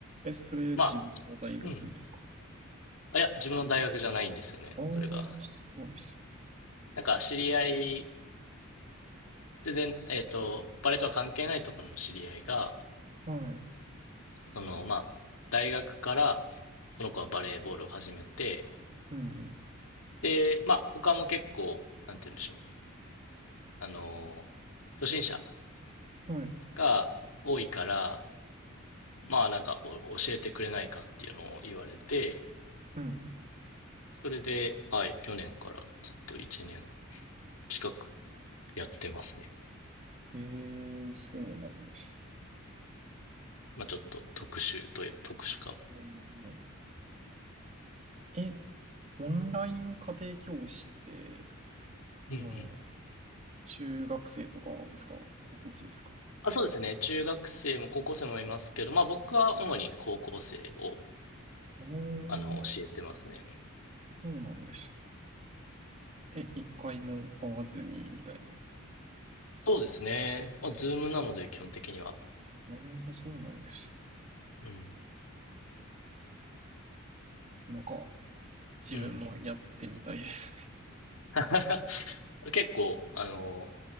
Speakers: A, on the right; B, on the left.
A: え、それ自分の大学ですか
B: まあ、うん。あ、いや、自分の大学じゃないんですよね。
A: ああー、
B: それが。
A: そうです。
B: なんか、知り合い、全然、えーっと、バレーとは関係ないところの知り合いが、
A: はい。
B: その、まあ、大学から、その子はバレーボールを始めて、
A: うん、
B: で、まあ、他も結構、なんて言うんでしょう。あの、初心者
A: うん。はい。
B: が多いから、まあ、なんかお、教えてくれないかっていうのを言われて、
A: うん。
B: それで、はい、去年からずっと1年近くやってますね。
A: えー、そうなんです。
B: まあ、ちょっと特殊といえば特殊かも。
A: うんえ、オンライン家庭教師って、その、
B: うんうん。
A: 中学生とかですか高校生ですか
B: あ、そうですね。中学生も高校生もいますけど、まあ、僕は主に高校生を、
A: うーん、
B: あの、教えてますね。
A: そうなんですね。え、一回も会わずに、みたいな。
B: そうですね。まあ、ズームなので、基本的には。
A: うーん、そうなんです
B: うん。
A: ね。なんか、自分もやってみたいですね。
B: うん。<laughs> 結構、あの、